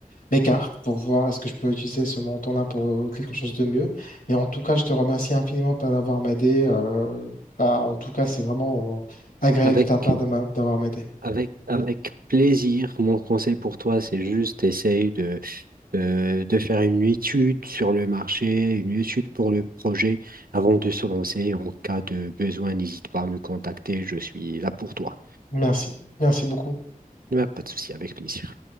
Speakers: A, on the left (about 70°); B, on the right (about 80°).
A: mes cartes pour voir est-ce que je peux utiliser ce montant-là pour euh, quelque chose de mieux. Et en tout cas, je te remercie infiniment pour d'avoir m'aidé. euh, bah, en tout cas, c'est vraiment euh, agréable
B: Avec
A: de ta part de m'a- d'avoir m'aidé.
B: avec avec plaisir, mon conseil pour toi, c'est juste essaye de euh, de faire une étude sur le marché, une étude pour le projet avant de se lancer. En cas de besoin, n'hésite pas à me contacter, je suis là pour toi.
A: Merci. Merci beaucoup.
B: Il pas de souci, avec plaisir.